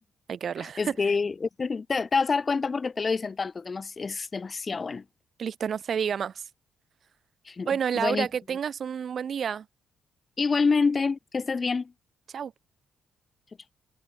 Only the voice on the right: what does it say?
hay que verla. <laughs>
Listo, no se diga más.
Bueno, Laura,
que tengas un buen día.
Chau.